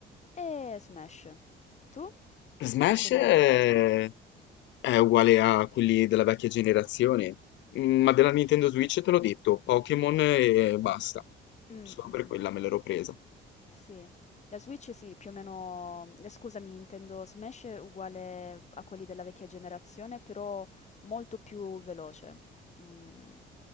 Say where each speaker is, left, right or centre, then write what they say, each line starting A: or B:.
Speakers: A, on the left (about 35°); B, on the left (about 65°).
A: E Smash. Tu?
B: Smash
A: A cosa
B: è,
A: giocavi?
B: è uguale a quelli della vecchia generazione, Mm, ma della Nintendo Switch te l'ho detto, Pokémon e basta.
A: Mh,
B: Solo
A: mh,
B: per quella
A: mh.
B: me l'ero presa.
A: Sì, la Switch sì, più o meno ehm, scusami, intendo Smash è uguale a quelli della vecchia generazione, però molto più veloce. Mhmm,